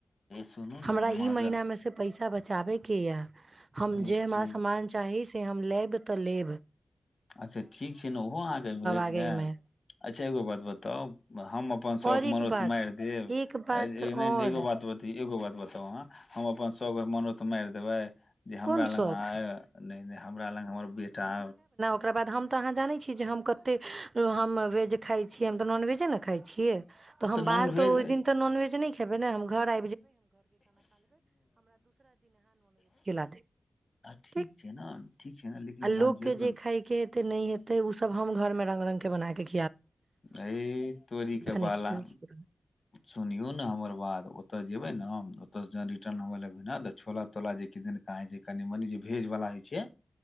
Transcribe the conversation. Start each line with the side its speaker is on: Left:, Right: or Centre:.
Left: सुनू ने
Right: हमरा
Left: हम
Right: ई
Left: अहाँके
Right: महिना मे से पैसा बच चाबै किया हम
Left: ई
Right: जे हमरा
Left: छी।
Right: समामान चाही से हम लेब तलेब
Left: अच्छा ठीक छै ने ओहो अहाँके भेट
Right: आगे
Left: जायत
Right: मे
Left: अच्छा एगो बात बताउ हम अपन शौख
Right: और एक
Left: मरत
Right: बात
Left: मारि देब
Right: एक बात और
Left: एगो बात ब एगो बात बताउ अह हम अपन सभग मनोत मारि देबै जे हमरा
Right: कोन शौख
Left: लग नहि नहि हमरा लग हमर बेटा
Right: ओकराबाद हम तऽ अहाँ जानै छी जे हम कतेक हम वेज खाइ छी हम तऽ नॉनवेजे ने खाइ छियै तऽ हम
Left: नॉन
Right: बाहर
Left: भेज
Right: तऽ ओहि दिन तऽ नॉनवेज नहि खेबै ने हम घर आब
Left: ठीक
Right: <unintelligible>
Left: छै ने ठीक छै ने लेकिन
Right: आल्ल
Left: जहन
Right: के
Left: जेबै
Right: जे खाायके एते नहि हे ओ सब हम घर मे रंग रंग के बना क
Left: अ तोरे
Right: नहि
Left: बाला
Right: खियेबै ककरो
Left: सुनौ ने हमर बाद ओते जेबे ने ओत से रिटर्न हवे लगबे ने त छोला तोला जे किाे कनि मनी जे भेज वला हय छै